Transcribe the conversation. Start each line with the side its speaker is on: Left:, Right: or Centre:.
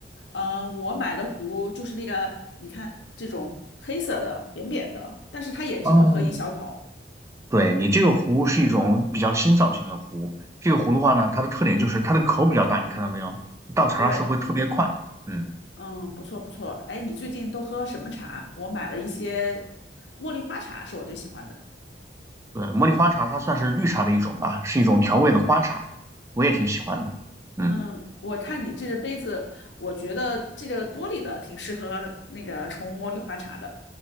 Left: 嗯、我买的壶就是那个，你看这种黑色的扁扁的，但是它也只能喝一小口。
Right: 哦，对，你这个壶是一种比较新造型的壶。这个壶的话呢，它的特点就是它的口比较大，你看到没有？你倒茶的时候会特别快。
Left: 对，
Right: 嗯。
Left: 嗯，不错不错。哎，你最近都喝什么茶？我买了一些茉莉花茶，是我最喜欢的。
Right: 对，茉莉花茶它算是绿茶的一种吧，是一种调味的花茶，我也挺喜欢的。嗯，
Left: 嗯，我看你这个杯子，我觉得这个玻璃的挺适合那个冲茉莉花茶的。